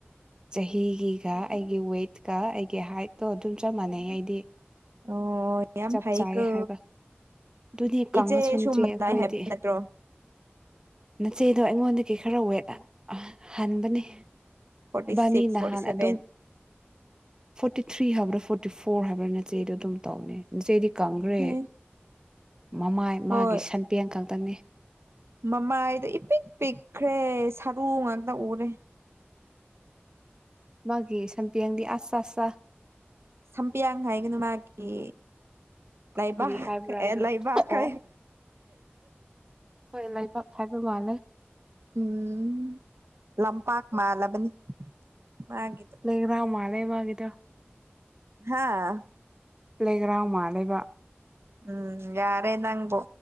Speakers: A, on the right; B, on the right.
A: ꯆꯍꯤꯒꯤꯒ ꯑꯩꯒꯤ ꯋꯦꯠꯀ ꯑꯩꯒꯤ ꯍꯥꯏꯠꯇꯣ ꯑꯗꯨꯝ ꯆꯞ ꯃꯥꯟꯅꯩ ꯑꯩꯗꯤ
B: ꯑꯣ ꯌꯥꯝ
A: ꯆꯞ
B: ꯐꯩ
A: ꯆꯥꯏ
B: ꯀ
A: ꯍꯥꯏꯕ ꯑꯗꯨꯅꯤ ꯀꯪꯉꯁꯨ
B: ꯏꯆꯦ
A: ꯅꯆꯦ
B: ꯁꯨꯝꯕꯅꯥꯏ
A: ꯑꯩꯈꯣꯏꯗꯤ
B: ꯍꯥꯏꯕ ꯅꯠꯇ꯭ꯔꯣ
A: ꯅꯆꯦꯗꯣ ꯑꯩꯉꯣꯟꯗꯒꯤ ꯈꯔ ꯋꯦꯠ ꯍꯟꯕꯅꯤ
B: ꯐꯣꯔꯇꯤ
A: ꯏꯕꯥꯅꯤ
B: ꯁꯤꯛꯁ
A: ꯅꯍꯥꯟ
B: ꯐꯣꯔꯇꯤ ꯁꯚꯦꯟ
A: ꯑꯗꯨꯝ ꯐꯣꯔꯇꯤ ꯊ꯭ꯔꯤ ꯍꯕ꯭ꯔꯥ ꯐꯣꯔꯇꯤ ꯐꯣꯔ ꯍꯥꯏꯕ꯭ꯔꯥ ꯅꯆꯦꯗꯣ ꯑꯗꯨꯝ ꯇꯧꯅꯦꯆꯦꯗꯤ ꯀꯪꯈ꯭ꯔꯦ
B: ꯑꯦ
A: ꯃꯃꯥꯏ ꯃꯥꯒꯤ
B: ꯍꯣꯏ
A: ꯁꯟꯄꯦꯡ ꯈꯛꯇꯅꯤ
B: ꯃꯃꯥꯏꯗꯣ ꯏ ꯄꯤꯛ ꯄꯤꯛꯈ꯭ꯔꯦ ꯁꯔꯨ ꯉꯥꯛꯇ ꯎꯔꯦ
A: ꯃꯥꯒꯤ ꯁꯥꯟꯄꯤ ꯑꯡꯗꯤ ꯑꯁ ꯆ ꯑꯁ
B: ꯁꯝꯄꯤꯌꯥꯡ ꯍꯥꯏꯒꯅꯨ ꯃꯥꯒꯤ ꯂꯥꯏꯕ
A: ꯀꯔꯤ ꯍꯥꯏꯕ꯭ꯔꯥ
B: ꯑꯦ
A: ꯑꯗꯣ
B: ꯂꯩꯥꯏꯕ
A: ꯑꯣ
B: ꯀ
A: ꯍꯣꯏ ꯂꯩꯕꯥꯛ ꯍꯥꯏꯕ ꯃꯥꯜꯂꯦ
B: ꯎꯝ ꯂꯝꯄꯥꯛ ꯃꯥꯜꯂꯕꯅꯤ ꯃꯥꯒꯤꯗꯣ
A: ꯂꯩꯒ꯭ꯔ ꯃꯥꯂꯦꯕꯗ
B: ꯍꯥꯥ
A: ꯄ꯭ꯂꯦꯒ꯭ꯔꯥꯎꯟ ꯃꯥ ꯂꯩꯕ
B: ꯎꯝ ꯌꯥꯔꯅꯉꯕꯣ